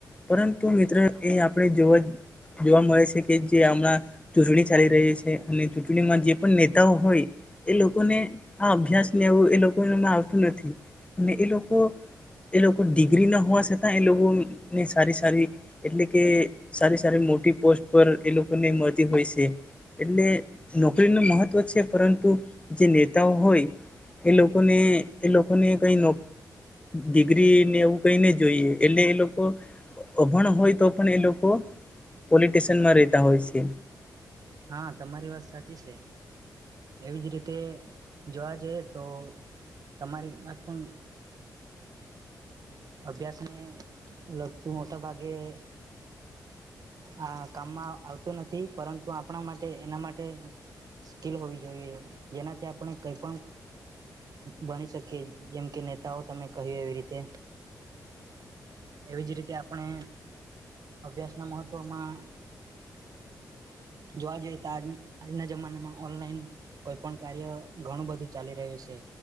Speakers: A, on the left; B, on the right.
A: પરંતુ મિત્ર એ આપણે જોવા જ જોવા મળે છે કે જે હમણાં ચૂંટણી ચાલી રહી છે અને ચૂંટણીમાં જે નેતાઓ હોય એ લોકોને આ અભ્યાસને એવું એ લોકોમાં આવતું નથી અને એ લોકો એ લોકો ડિગ્રી ના હોવા છતાં એ લોકોને સારી સારી એટલે કે સારી સારી મોટી પોસ્ટ પર એ લોકોને મળતી હોય છે એટલે નોકરી. નોકરી ન મહત્વ છે પરંતુ જે નેતાઓ હોય એ લોકોને એ લોકોને કઈ નો ડિગ્રી ને એવું કઈ નને જોઈએ એટલે એ લોકો અભણ હોય તો પણ એ લોકો પોલિટશનમાં રહેતા હોય છે.
B: હા તમારી વાત સાચી છે. એવીજ રીતે જોવા જઈએ તો તમારી વાત પણ અભ્યાસ ને લગતું મોટા ભાગે <inaudible> આ કામમાં આવતું નથી પરંતુ આપણા માટે એના માટે સ્કીલ હોવી જોઈએ જેનાથી આપણે કઈ પણ બની શકીએ જેમ કે નેતાઓ તમે કહ્યું એવી રીતે એવી જ રીતે આપણે અભ્યાસના મહત્ત્વમાં જોવા જઈએ તો આજના જમાનામાં ઓનલાઈન કોઈ પણ કાર્ય ઘણું બધું ચાલી રહ્યું છે